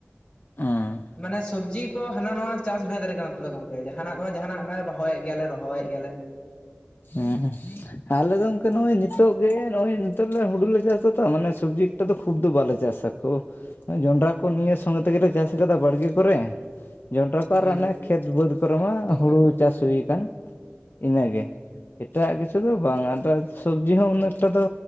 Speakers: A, on the left; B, on the left.
A: ᱦᱩᱸ
B: ᱢᱟᱱᱮ ᱥᱚᱵᱽᱡᱤᱼᱼ ᱠᱚ ᱦᱟᱱᱟ ᱱᱟᱣᱟ ᱪᱟᱥ ᱵᱷᱮᱫᱽ ᱨᱮᱜᱮ ᱱᱚᱛᱮ ᱫᱚ ᱜᱚᱝᱠᱮ ᱡᱟᱦᱟᱱᱟᱜ ᱫᱚ ᱡᱟᱦᱟᱱᱟᱜ ᱞᱮ ᱨᱚᱦᱚᱭᱮᱫ ᱜᱮᱭᱟᱞᱮ ᱨᱚᱦᱚᱭᱮᱫ ᱜᱮᱭᱟᱞᱮ
A: ᱦᱩᱸ ᱟᱞᱮ ᱫᱚ ᱜᱚᱝᱠᱮ ᱱᱚᱜᱼᱚᱭ ᱱᱤᱛᱼᱼ ᱱᱤᱛᱚᱜ ᱜᱮ ᱱᱚᱜᱼᱚᱭ ᱱᱤᱛᱚᱜ ᱞᱮ ᱦᱩᱲᱩᱞᱮ ᱪᱟᱥ ᱫᱟ ᱛᱚ ᱢᱟᱱᱮ ᱥᱚᱵᱽᱡᱤ ᱮᱠᱴᱟ ᱫᱚ ᱠᱷᱩᱵ ᱫᱚ ᱵᱟᱞᱮ ᱪᱟᱥᱟ ᱠᱚᱼᱼ ᱡᱚᱸᱱᱰᱽᱨᱟ ᱠᱚ ᱱᱤᱭᱟᱹ ᱥᱚᱸᱜᱮ ᱛᱮᱜᱮᱞᱮ ᱪᱟᱥ ᱠᱟᱫᱟ ᱵᱟᱲᱜᱮ ᱠᱚᱨᱮ ᱡᱚᱱᱰᱽᱨᱟ ᱠᱚ
B: ᱦᱳᱭ
A: ᱟᱨ ᱚᱱᱮ ᱠᱷᱮᱛ ᱵᱟᱹᱫᱽ ᱠᱚᱨᱮ ᱢᱟ
B: ᱜᱚᱝᱠᱮ
A: ᱦᱩᱲᱩ ᱪᱟᱥ ᱦᱩᱭᱟᱠᱟᱱ ᱤᱱᱟᱹᱜᱮ ᱮᱴᱟᱜ ᱠᱤᱪᱷᱩ ᱫᱚ ᱵᱟᱝ ᱟᱫᱚ ᱥᱚᱵᱽᱡᱤ ᱦᱚᱸ ᱩᱱᱟᱹᱜ ᱮᱠᱴᱟ ᱫᱚᱼᱼ